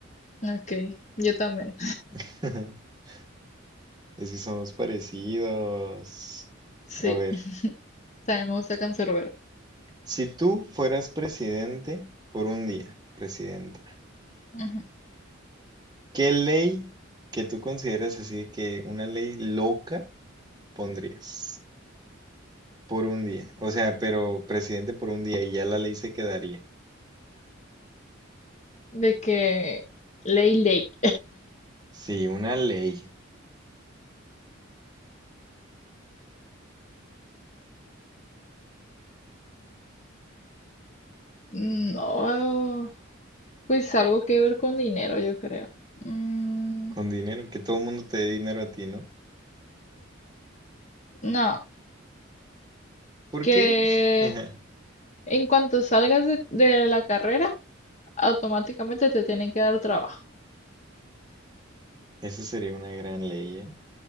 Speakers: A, on the left; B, on the right.
A: Ok, yo también.
B: <laughs> Es que somos parecidos.
A: Sí,
B: A ver,
A: también me gusta Cancerbero.
B: si tú fueras presidente por un día, presidenta,
A: Ujú.
B: ¿qué ley que tú consideras así que una ley loca pondrías por un día? O sea, pero presidente por un día y ya la ley se quedaría.
A: De que... Ley, ley.
B: Sí, una ley
A: <laughs> No. Pues algo que ver con dinero, yo creo. Mm,
B: con dinero, que todo el mundo te dé dinero a ti, ¿no?
A: no,
B: ¿Por
A: que
B: qué? <laughs>
A: en cuanto salgas de, de la carrera, automáticamente te tienen que dar trabajo.
B: Esa sería una gran ley, ¿eh?